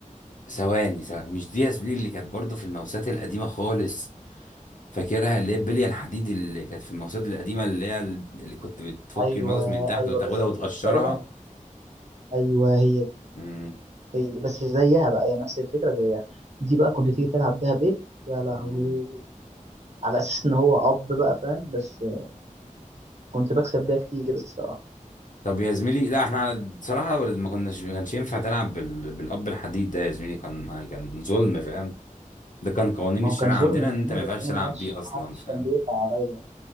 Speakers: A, on the left; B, on the right.
A: ثواني ثواني مش دي ياسمين اللي كانت برضه في الموسات القديمه خالص فاكرها اللي هي البليه الحديد اللي كانت في الموسات القديمه اللي هي ال- اللي كنت بتفك
B: ايوه
A: الماوس من تحت
B: ايوه
A: وتاخدها
B: بس
A: وتقشرها
B: بس تقريبا ايوه هي دي
A: امم
B: هي دي بس زيها بقى هي نفس الفكره زيها دي بقى كنت تيجي تلعب بيها بيل يا لهوي
A: امم
B: على اساس ان هو اب بقى فاهم بس كنت بكسب بيها كتير الصراحه
A: طب يا زميلي لا احنا بصراحه ما كناش ما كانش ينفع تلعب بال... بالاب الحديد ده يا زميلي كان كان ظلم فاهم ده كان قوانين
B: ما
A: الشارع
B: هو كان ظلم
A: عندنا
B: مني،
A: ان انت ما ينفعش
B: بس انا
A: تلعب
B: ما حدش
A: بيه اصلا
B: ما حدش
A: فاهم
B: كان بيقطع عليا